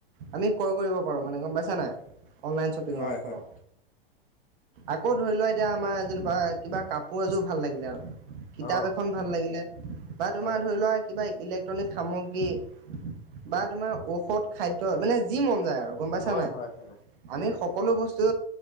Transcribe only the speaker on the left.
হয়
হয়
অ
হয়
হয়
হয় হয়